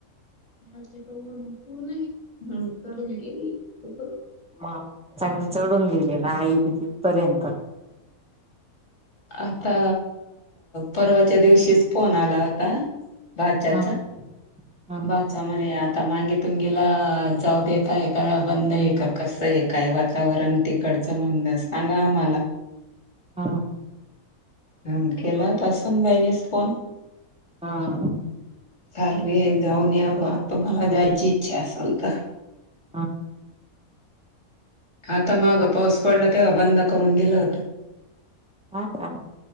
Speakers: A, on the left (about 50°); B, in the centre.
A: त नाही चढून गेली उ <inaudible>
B: मग चांगली चढून गेली ना आई बी तिथपर्यंत
A: आता परवाच्या दिवशीच फोन आला होता भाच्याचा
B: ह ह
A: भाचा म्हणे आता मागेतून गेला. जाऊ देता आहे का बंद आहे का कसं आहे. काय वातावरण तिकडचं म्हणण सांगा आम्हाला,
B: हा
A: ह केला होता सुनबाईनीस फोन.
B: हा
A: चालवी जाऊन याव तुम्हाला जायची इच्छा असल तर,
B: हा
A: आता माग पाऊस पडला तेव्हा बंद करून दिलं होत.
B: हा का?